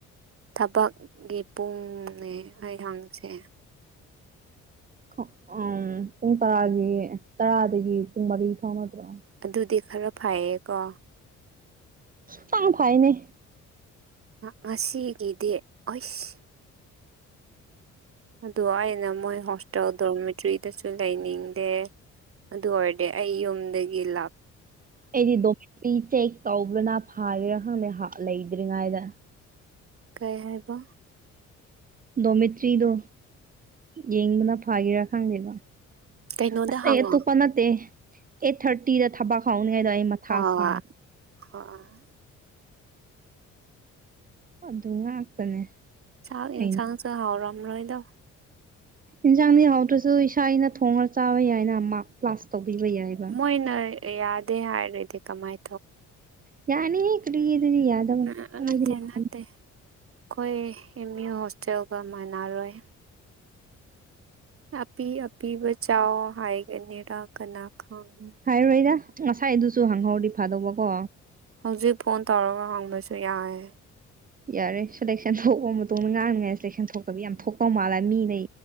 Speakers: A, on the right (about 45°); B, on the right (about 30°).
A: ꯊꯕꯛꯀꯤ ꯄꯨꯡꯅꯦ ꯑꯩꯍꯪꯁꯦ
B: ꯎ ꯄꯨꯡ ꯇꯔꯥꯒꯤ ꯇꯔꯥꯗꯒꯤ ꯄꯨꯡ ꯃꯔꯤ ꯐꯥꯎ ꯅꯠꯇ꯭ꯔꯣ
A: ꯑꯗꯨꯗꯤ ꯈꯔ ꯐꯩꯌꯦ ꯀꯣ
B: ꯇꯥ ꯐꯥꯏꯅꯦ
A: ꯉꯁꯤꯒꯤꯗ ꯑꯁ ꯑꯗꯨ ꯍꯥꯏ ꯅ ꯃ ꯍꯁꯥꯎ ꯗꯣꯔꯃꯦꯇ꯭ꯔꯤꯗꯁꯨ ꯂꯩꯅꯤꯡꯗꯦ ꯑꯗꯨ ꯑꯣꯏꯔꯗꯤ ꯑꯩ ꯌꯨꯝꯗꯒꯤ ꯂ
B: ꯑꯩꯗꯤ ꯗꯣ ꯆꯦꯛ ꯇꯧꯕ꯭ꯔꯅ ꯐꯥꯒꯦꯔꯥ ꯈꯪꯗꯦ ꯂꯩꯗ꯭ꯔꯤꯉꯩꯗ
A: ꯀꯩ ꯍꯥꯏꯔꯤꯕ
B: ꯗꯣꯃꯦꯇ꯭ꯔꯤꯗꯣ ꯌꯦꯡꯕꯅ ꯐꯥꯒꯔꯥ ꯈꯪꯗꯦꯕ
A: ꯀꯩꯅꯣꯗ
B: ꯑꯁ
A: ꯍꯪꯉꯣ
B: ꯑꯩ ꯑꯇꯣꯞꯄ ꯅꯠꯇꯦ ꯑꯩꯠ ꯊꯥꯔꯇꯤꯗ ꯊꯕꯛ ꯪꯉꯩꯗ ꯑꯩ ꯃꯊꯥ
A: ꯍꯣꯏ
B: ꯁꯦ
A: ꯍꯣꯏ
B: ꯑꯗꯨ ꯉꯥꯛꯇꯅꯦ
A: ꯆꯥꯛ
B: ꯑꯩꯅ
A: ꯏꯟꯁꯥꯡꯁꯨ ꯍꯥꯎꯔꯝꯔꯣꯏꯗ
B: ꯏꯟꯁꯥꯡꯗꯤ ꯍꯥꯎꯗ꯭ꯔꯁꯨ ꯏꯁꯥꯅ ꯊꯣꯡꯉ ꯆꯥꯕ ꯌꯥꯏꯅ ꯑꯃ ꯀ꯭ꯂꯥꯁ ꯇꯧꯕ ꯌꯥꯏꯕ
A: ꯃꯣꯏꯅ ꯌꯥꯗꯦ ꯍꯥꯏꯔ꯭ꯔꯗꯤ ꯀꯃꯥꯏ
B: ꯌꯥꯅꯤ ꯀꯗꯤꯗꯤꯗꯤ ꯌꯥꯗ
A: ꯑ
B: ꯋꯥꯗꯤ
A: ꯅꯠꯇꯦ
B: ꯌꯥ
A: ꯅꯠꯇꯦ ꯑꯩꯈꯣꯏ ꯑꯦꯝ ꯌꯨ ꯍꯣꯁꯇꯦꯜꯒ ꯃꯥꯟꯅꯔꯣꯏ ꯑꯄꯤ ꯑꯄꯤꯕ ꯆꯥꯎ ꯍꯥꯏꯒꯅꯤꯔ ꯀꯅꯥ ꯈꯪꯉꯦ
B: ꯍꯥꯏꯔꯣꯏꯗ ꯉꯁꯥꯏ ꯑꯗꯨꯁꯨ ꯍꯪꯍꯧꯔꯤ ꯐꯥꯗꯧꯕꯀꯣ
A: ꯍꯧꯖꯤꯛ ꯐꯣꯟ ꯇꯧꯔꯒ ꯍꯪꯕꯁꯨ ꯌꯥꯏ
B: ꯌꯥꯔꯦ ꯁꯦꯂꯦꯛꯁꯟ ꯊꯣꯛꯑꯕ ꯃꯇꯨꯡꯗ ꯉꯥꯡꯅꯉꯥꯏ ꯁꯦꯂꯦꯛꯁꯟ ꯊꯣꯛꯇꯕ ꯌꯥꯝ ꯊꯣꯛꯇꯧ ꯃꯥꯜꯂꯦ ꯃꯤꯅ